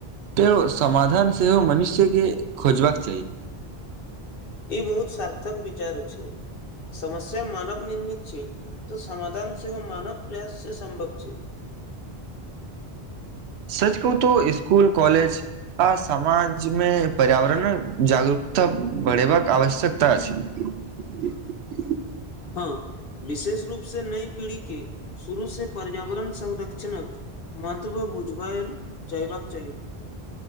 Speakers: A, on the right (about 85°); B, on the left (about 60°).
A: तै समाधान सेहो मनुष्यके खोजबाक चाही
B: ई बहुत सार्थक विचार छै समस्या मानव निर्मित छै तऽ समाधान सेहो मानव प्रयास से सम्भव छै
A: <inaudible> सच कह तो स्कुल कॉलेज आ समाज में पर्यावरण जगरूकता बढ़ेबाक आवश्यकता अछि <inaudible>
B: हँ विशेष रूप से नई पीढ़ी के शुरू से पर्यावरण संरक्षणक महत्व बुझबैल जयबाक चाही